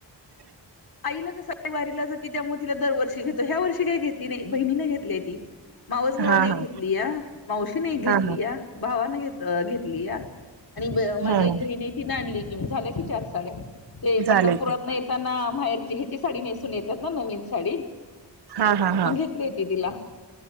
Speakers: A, on the right; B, on the left.
A: हो ना
B: आईला कसं वारीला जाती त्यामुळे तिला दरवर्षी घेतो ह्या वर्षी काही घेतली नाही बहिणीने घेतली ती. मावस भावन
A: हा
B: एक
A: हा
B: घेतलीया मावशी ने एक घेतलीया
A: हा
B: भावान घ अ घेतलीया.
A: हा
B: माझी
A: हो
B: एक बहिण आहे तिन पण आणली एक साडी मग झाल्या की चार साड्या ते
A: झालंय
B: पंढरपूरातन
A: की
B: येताना. पंढरपूर येताना माहेरची साडी घालून येतात ना
A: हा हा हा
B: असं म्हणतात